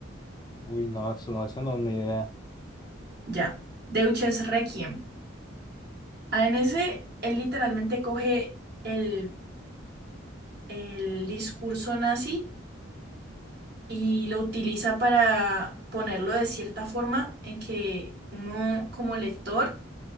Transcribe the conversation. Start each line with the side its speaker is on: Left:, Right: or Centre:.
Left: Uy, no, eso no, esa no, ni idea.
Right: Ya, Deutsches Requiem. Ah, En ese, él literalmente coge el, el discurso nazi y lo utiliza para ponerlo de cierta forma en que uno como lector